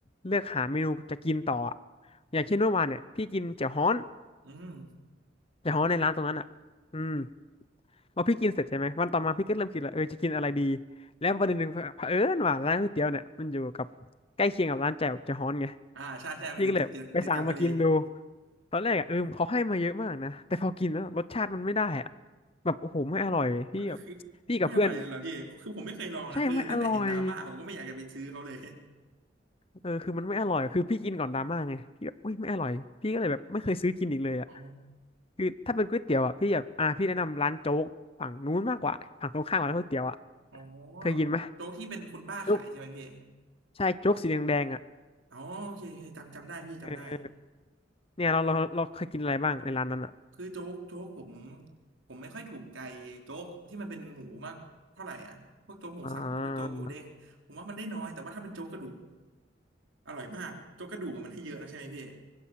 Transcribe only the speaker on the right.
อืม
อ่าใช่ใช่มันอยู่ติดติดติดกันพอดี
คือคือไม่อร่อยเลยเหรอพี่คือผมไม่เคยลองนะคือตั้งแต่เห็นดราม่าผมก็ไม่อยากจะไปซื้อเขาเลย
อ๋อ
อ๋อ
โจ๊กที่เป็นคุณป้าขายใช่ไหมพี่
อ๋อโอเคโอเคจำจำได้พี่จำได้
คือโจ๊กโจ๊กผมผมไม่ค่อยถูกใจโจ๊กที่มันเป็นหมูมากเท่าไหร่อ่ะพวกโจ๊กหมูสับหรือว่าโจ๊กหมูเด้งผมว่ามันได้น้อยแต่ว่าถ้าเป็นโจ๊กกระดูก
อร่อยมากโจ๊กกระดูกอะมันให้เยอะนะใช่ไหมพี่